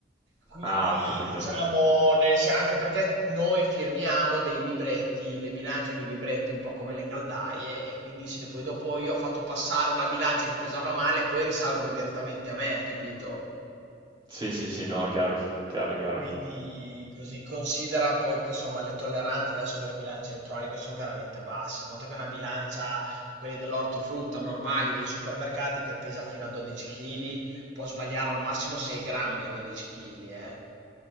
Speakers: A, on the right; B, on the right.
A: Quindi
B: Ah, ho capito.
A: diciamo, nel sen- anche perché noi firmiamo dei libretti, le bilance hanno i libretti un po' come le caldaie e quindi se poi dopo io ho fatto passare una bilancia che pesava male, poi risalgono direttamente a me, capito?
B: Sì, sì, sì, no, chiaro, chiaro, chiaro.
A: Quindi così considera poi che insomma le tolleranze adesso con le bilance elettroniche sono veramente basse. Conto che una bilancia, quelle dell'ortofrutta normali dei supermercati che pesa fino a 12 kg, può sbagliare al massimo 6 grammi a 12 kg, eh.